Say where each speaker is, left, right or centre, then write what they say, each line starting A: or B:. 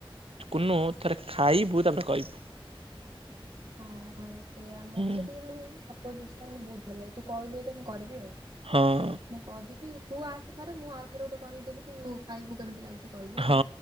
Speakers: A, on the right; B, on the right.
A: କୁନୁ ଥରେ ଖାଇବୁ ତାପରେ କହିବୁ।
B: ହଁ ହଁ ସେୟା ମତେ
A: ହୁଁ।
B: ଟିକେ ମାନେ ଅପଜିଷ୍ଟା ମାନେ ବହୁତ ଭଲ ଲାଗେ ତୁ କହିଲୁ ଏଠ୍ ତ ମୁଁ କରିବି ଆଉ।
A: ହଁ
B: ମୁଁ କରିବି ତୁ ଆସେ ଥରେ ମୁଁ ଆଉ ଥରେ ଗୋଟେ କରିଦେବି ତୁ ଖାଇବୁ କେମତି ଲାଗୁଛି। କହିବୁ ହେଲା
A: ହଁ